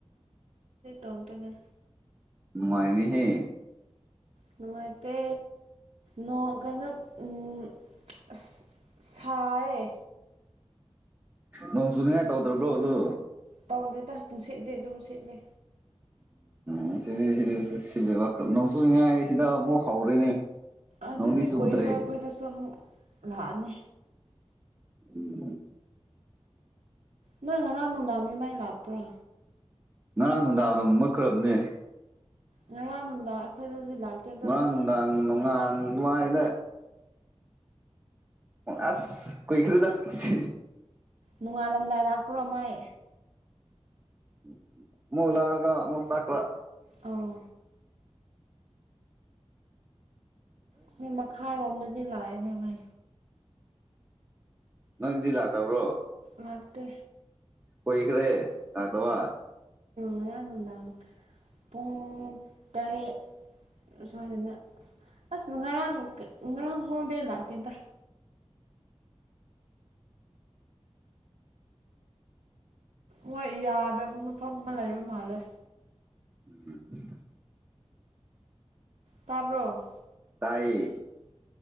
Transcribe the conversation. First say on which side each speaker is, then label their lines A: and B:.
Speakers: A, on the right; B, on the right.
A: ꯇꯧꯇꯣꯢꯅꯦ
B: ꯅꯨꯡꯉꯥꯏꯔꯤꯍꯦ
A: ꯅꯨꯡꯉꯥꯢꯇꯦ ꯅꯣꯑ ꯀꯩꯅꯣ ꯎꯝ ꯑꯁ ꯁꯥꯏꯌꯦ
B: ꯅꯣꯡ ꯁꯨꯅꯤꯡꯉꯥꯏ ꯇꯧꯗ꯭ꯔꯕ꯭ꯔꯣ ꯑꯗꯨ
A: ꯇꯧꯂꯦꯗ ꯄꯨꯨꯡꯁꯤꯠꯂ ꯑꯗꯨꯝ ꯁꯤꯠꯂꯦ
B: ꯎꯝ ꯁꯤꯗꯤ ꯁꯤꯕ ꯅꯣꯡ ꯆꯨꯅꯤꯡꯉꯥꯏ ꯁꯤꯗ ꯑꯃꯨꯛ ꯍꯧꯔꯦꯅꯦ
A: ꯑꯗꯨꯗꯤ
B: ꯅꯣꯡꯗꯤ ꯆꯨꯗ꯭ꯔꯦ
A: ꯀꯨꯏꯔꯔꯣꯏ ꯑꯩꯈꯣꯏꯗꯁꯨ ꯑꯃꯨꯛ ꯂꯥꯛꯑꯅꯤ
B: ꯎꯝ
A: ꯅꯣꯏ ꯉꯔꯥꯡ ꯅꯨꯡꯗꯥꯡꯒꯤ ꯃꯥꯏ ꯂꯥꯛꯄ꯭ꯔꯥ
B: ꯉꯔꯥꯡ ꯅꯨꯡꯗꯥꯡ ꯑꯗꯨꯝ ꯃꯨꯛꯈ꯭ꯔꯕꯅꯦ
A: ꯉꯔꯥꯡ ꯅꯨꯟꯗꯥꯡ ꯑꯩꯈꯣꯏꯗꯗꯤ ꯂꯥꯛꯇꯦ ꯑꯗꯣ
B: ꯉꯔꯥꯡ ꯅꯨꯡꯗꯥꯡ ꯅꯨꯡꯉꯥꯟ ꯑꯗ꯭ꯨꯋꯥꯏꯗ ꯑꯁ ꯀꯣꯏꯈꯔꯤꯗ ꯁꯤ
A: ꯅꯣꯡꯉꯥꯜꯂꯝꯗꯥꯏ ꯂꯥꯛꯄ꯭ꯔꯣ ꯃꯩ
B: <inaudible> ꯃꯨꯛ ꯂꯥꯛꯑꯒ ꯃꯨꯛ ꯆꯀ꯭ꯔ
A: ꯑꯣ ꯁꯤ ꯃꯈꯥꯔꯣꯝꯗꯗꯤ ꯂꯥꯛꯑꯦꯅꯦ
B: ꯅꯪꯗꯤ ꯂꯥꯛꯇꯕ꯭ꯔꯣ
A: ꯂꯥꯛꯇꯦ
B: ꯀꯨꯢꯈ꯭ꯔꯦ ꯂꯥꯛꯗꯕ
A: ꯉꯔꯥꯡ ꯅꯨꯡꯗꯥꯡ ꯄꯨꯡ ꯇꯔꯦꯠ ꯑꯁ꯭ꯋꯥꯢꯅꯅ ꯑꯁ ꯉꯔꯥꯡ ꯉꯔꯥꯡ ꯍꯣꯜꯗꯦ ꯂꯥꯛꯇꯦꯗ ꯃꯣꯏ ꯌꯥꯗꯕ ꯃꯐꯝ ꯑꯃ ꯂꯩꯕ ꯃꯥꯜꯂꯦ
B: <unintelligible>
A: ꯇꯥꯕ꯭ꯔꯣ
B: ꯑꯩ